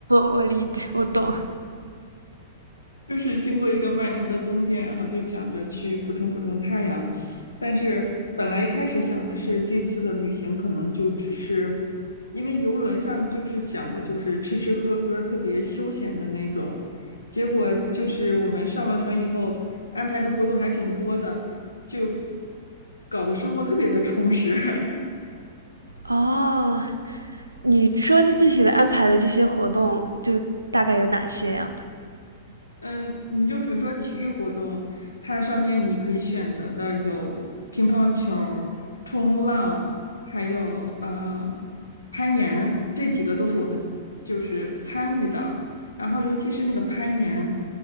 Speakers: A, on the right; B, on the left.
A: 我理解，我懂。
B: 就是经过一个漫长的冬天，然后就想着去补充补充太阳，但是本来一开始想的是这次的旅行可能就只是，因为游轮上就是想的就是吃吃喝喝，特别休闲的那种，结果就是我们上了船以后，安排的活动还挺多的，就搞得生活特别的充实。<laughs>
A: 哦，你说的具体的安排的这些活动，就大概有哪些呀？
B: 嗯，你就比如说体育活动，它上面你可以选择的有乒乓球儿冲浪，还有呃攀岩，这几个都是我们就是参与的。然后尤其是那个攀岩，